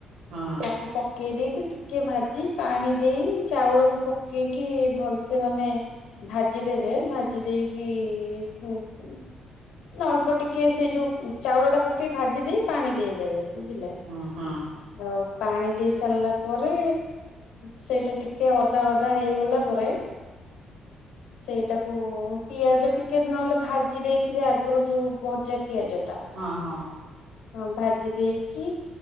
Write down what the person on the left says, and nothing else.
ତାକୁ ପକେଇ ଦେଇକି ଟିକେ ଭାଜି ପାଣି ଦେଇ ଚାଉଳକୁ ପକେଇ କି ଭଲସେ ମାନେ ଭାଜି ଦେବେ ଭାଜି ଦେଇକି ସେମତି ଅଳ୍ପ ଟିକେ ସେଇ ଯୋଉ ଚାଉଳ ଟା ପକେଇ ଭାଜି ଦେଇ ପାଣି ଦେଇଦେବେ ବୁଝିଲେ।
ଆଉ ପାଣି ଦେଇ ସାରିଲା ପରେ ସେଇଟା ଟିକେ ଓଦା ଓଦା। ହେଇଗଲା ପରେ। ସେଇଟାକୁ ପିଆଜ ଟିକେ ନହେଲେ ଭାଜି ଦେଇଥିବେ ଆଗରୁ ଯୋଉ ଭଜା ପିଆଜ ଟା।
ହଁ ଭାଜି ଦେଇକି